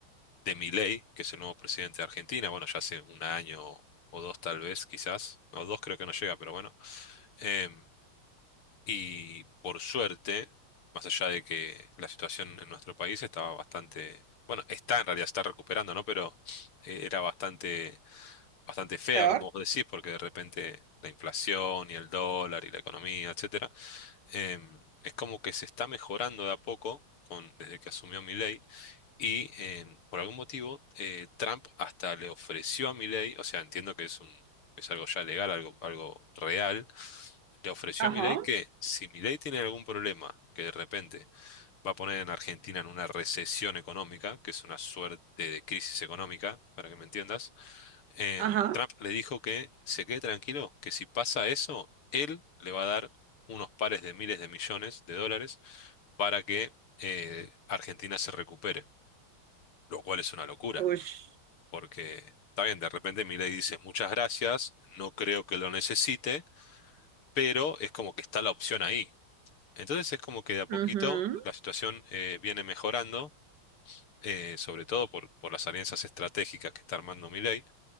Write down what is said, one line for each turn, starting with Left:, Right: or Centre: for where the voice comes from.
Left: de Milei, que es el nuevo presidente de Argentina, bueno, ya hace un año o dos tal vez, quizás, no, dos creo que no llega, pero bueno. Em, y por suerte, más allá de que la situación en nuestro país estaba bastante, bueno, está en realidad, está recuperando, ¿no? Pero eh, era bastante, bastante fea,
Right: Peor.
Left: como vos decís, porque de repente la inflación y el dólar y la economía, etcétera Em, es como que se está mejorando de a poco con, desde que asumió Milei. Y em, por algún motivo, eh, Trump hasta le ofreció a Milei, o sea, entiendo que es un, es algo ya legal, algo, algo real, le ofreció
Right: Ajá,
Left: a Milei que si Milei tiene algún problema, que de repente va a poner en Argentina en una recesión económica, que es una suerte de crisis económica, para que me entiendas, em,
Right: ajá.
Left: Trump le dijo que se quede tranquilo, que si pasa eso, él le va a dar unos pares de miles de millones de dólares para que eh, Argentina se recupere, lo cual es una locura,
Right: Ush.
Left: porque está bien, de repente Milei dice muchas gracias, no creo que lo necesite, pero es como que está la opción ahí. Entonces es como que de a poquito
Right: Ujú,
Left: la situación eh, viene mejorando. eh, sobre todo por, por las alianzas estratégicas que está armando Milei.